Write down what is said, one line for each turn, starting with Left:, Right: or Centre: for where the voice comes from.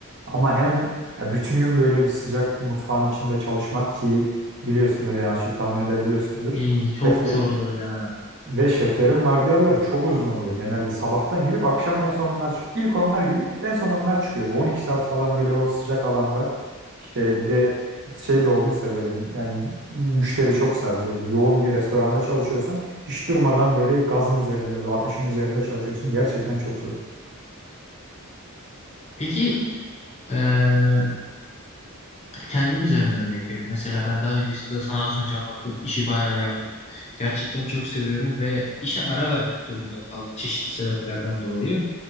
Right: Ama hem ya bütün gün böyle bir sıcak mutfağın içinde çalışmak ki biliyorsundur yani az çok tahmin edebiliyorsundur.
Left: İyi,
Right: Şefle,
Left: çok zordur ya.
Right: Ve şeflerin vardiyaları çok uzun oluyor genelde. Sabahtan girip akşam en son onlar çıkıyor. İlk onlar girip en son onlar çıkıyor. 12 saat falan böyle o sıcak alanda işte bir de şey de olduysa böyle yani müşteri çoksa böyle yoğun bir restoranda çalışıyorsan hiç durmadan böyle gazın üzerinde böyle ateşin üzerinde çalışıyorsun. Gerçekten çok zor.
Left: Peki, eee, Kendim üzerinden örnek vereyim. Mesela ben daha öncesinde sana az önce anlattığım işi bayağı yaptım. Gerçekten çok seviyorum ve işe ara vermek durumunda kaldım çeşitli sebeplerden dolayı.